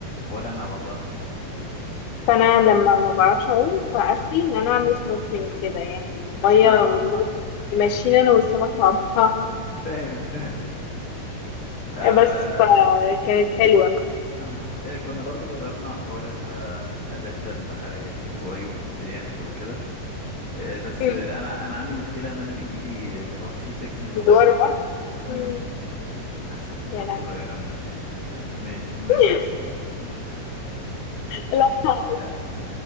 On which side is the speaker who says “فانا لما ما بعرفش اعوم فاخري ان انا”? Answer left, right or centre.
Left